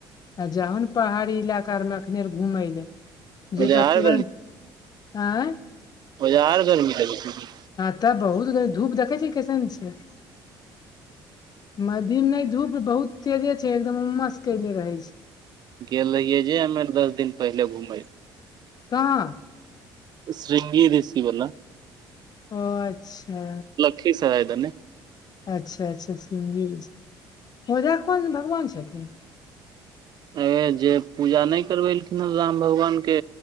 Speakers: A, on the left; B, on the right.
A: आ जाहो ने पहाड़ी इलाकार मे अखने आर घुमय लए जेतय
B: एजा आर
A: तुरंत आँ
B: ओजय और गर्मी लगय छै कि
A: हँ तऽ बहुत ग धूप देखे छी कैसन छै मद्धिम ने धूप बहुत तेजे छै एकदम उम्मस केले रहे छै
B: गेल रहियै जे हमे आर दस दिन पहिले घुमय
A: कहाँ
B: शृंगी ऋषिवला
A: ओ अच्छा
B: कि <unintelligible>
A: अच्छा अच्छा श्रृंगी ओजा कोन भगवान छथिन
B: अे जे पूजा नहि करबेलखिन हे राम भगवान के